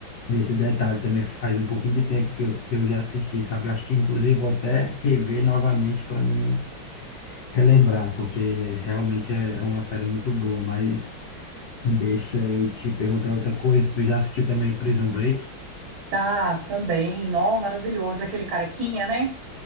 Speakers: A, on the left (about 65°); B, on the right (about 55°).
A: desse detalhe. Também faz um pouquinho de tempo que eu, que eu já assisti, sabe? Acho que, inclusive, vou até rever novamente para me relembrar, porque realmente é, é uma série muito boa. Mas deixa eu te perguntar outra coisa. Tu já assistiu também Prison Break?
B: Tá, também. Nó, maravilhoso. Aquele carequinha, né?